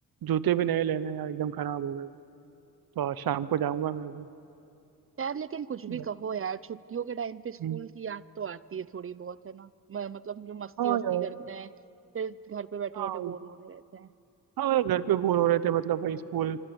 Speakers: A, on the right; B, on the right.
A: जूते भी नए लेने हैं यार एकदम खराब हो गए तो आज शाम को जाऊंगा मैं भी
B: यार लेकिन कुछ भी
A: घर।
B: कहो यार छुट्टियों के टाइम पे स्कूल
A: हम्म,
B: की याद तो आती है थोड़ी बहुत है ना म- मतलब जो मस्ती
A: हाँ
B: वस्ती
A: यार
B: करते हैं फिर घर पे बैठे
A: हाँ
B: बैठे बोर हो रहे रहते हैं
A: हाँ यार घर पे बोर हो रहे थे मतलब वही स्कूल